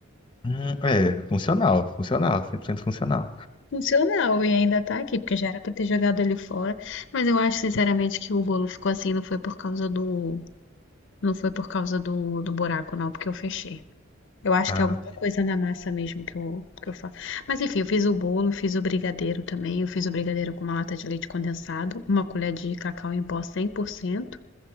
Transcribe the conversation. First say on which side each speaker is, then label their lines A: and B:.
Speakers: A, on the left (about 25°); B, on the left (about 60°).
A: Hum, é, funcional, funcional, 100% funcional.
B: Funcional, e ainda tá aqui, porque já era pra ter jogado ele fora. Mas eu acho, sinceramente, que o bolo ficou assim, não foi por causa do. Não foi por causa do, do buraco, não, porque eu fechei. Eu acho
A: Ah,
B: que é alguma coisa na massa mesmo que eu, que eu faço. Mas enfim, eu fiz o bolo, fiz o brigadeiro também. Eu fiz o brigadeiro com uma lata de leite condensado, uma colher de cacau em pó 100%